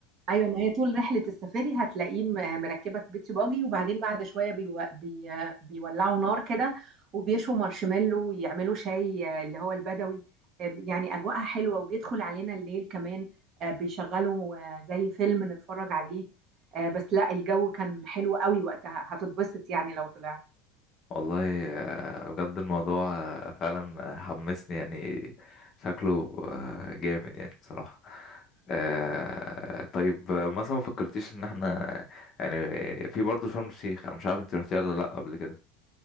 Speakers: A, on the right; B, on the left.
A: ايوه ما هي طول رحله السفاري هتلاقيه م- مركبك بيتي باجي وبعدين بعد شويه بيو... بي... بيولعوا نار كده وبيشوا مارشميلو ويعملوا شاي آه، اللي هو البدوي آه، يعني اجواءها حلوه وبيدخل علينا الليل كمان آه، بيشغلوا آه، زي فيلم نتفرج عليه آه، بس لا الجو كان حلو قوي وقتها هتتبسط يعني لو طلعت
B: والله آه، بجد الموضوع آه، فعلا حمسني يعني شكله آه، جامد يعني بصراحة آه، طيب آه، مثلا ما فكرتيش ان احنا يعني في برضه شرم الشيخ انا مش عارف انت رحتيها ولا لا قبل كده